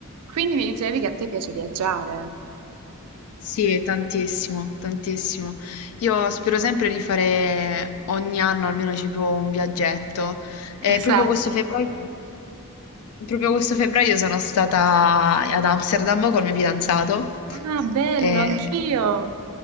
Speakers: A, on the right; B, on the left.
A: Quindi mi dicevi che a te piace viaggiare.
B: Sì, è tantissimo, tantissimo. Io spero sempre di fare ogni anno almeno ci provo un viaggetto. E
A: Esatto.
B: proprio questo febbraio, proprio questo febbraio sono stata ad Amsterdam col mio fidanzato.
A: Ah, bello,
B: E
A: anch'io.